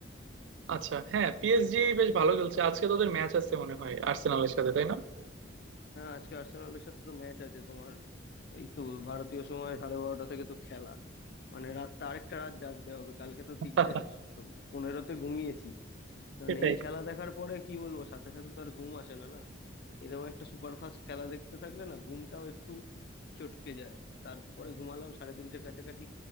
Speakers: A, on the right; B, on the left.
A: আচ্ছা হ্যাঁ পিএসজি বেশ ভালো খেলছে আজকে তোদের ম্যাচ আছে মনে হয় আর্সেনালের সাথে তাই না
B: হ্যাঁ আজকে আর্সেনালের সাথে তো ম্যাচ আছে তোমার এই তো ভারতীয় সময় সাড়ে বারোটা থেকে তো খেলা মানে রাতটা আরেকটা রাত জাগতে হবে কালকে তো
A: <laughs>
B: তিনটে পনেরোতে ঘুমিয়েছি মানে
A: সেটাই
B: এই খেলা দেখার পরে কি বলবো সাথে সাথে তো আর ঘুম আসে না না এরকম একটা সুপারফাস্ট খেলা দেখতে থাকলে না ঘুমটাও একটু চটকে যায় তারপরে ঘুমালাম সাড়ে তিনটের কাছাকাছি